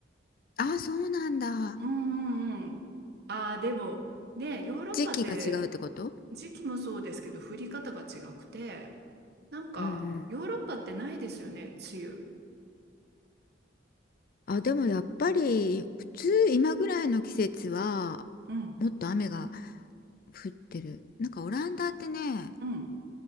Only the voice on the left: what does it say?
あ、そうなんだ。
時期が違うってこと
うんうん。
あ、でもやっぱり普通今ぐらいの季節は
もっと雨が降ってる。なんかオランダってね、